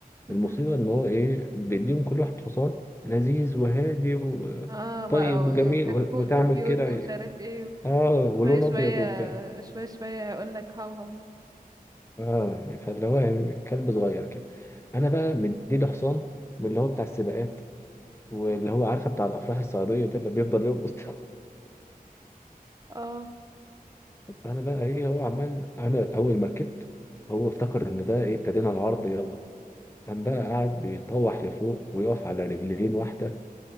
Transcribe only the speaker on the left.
المصيبة إن هو إيه بيديهم كل واحد حصان لذيذ وهادي وطيب
وجميل
و- وتعمل
كده
ي-
آه ولون
أبيض وبتاع
آه فاللي هو يعني كلب صغير كده أنا بقى مديله حصان من اللي هو بتاع السباقات واللي هو عارفة بتاع الأفراح الصعيدية ده اللي بيفضل يرقص ده.
<laughs> أنا بقى إيه هو عمال أنا أول ما ركبت هو افتكر إن ده إيه ابتدينا العرض يلا قام بقى
قاعد بيطوح لفوق ويقف على رجلين واحدة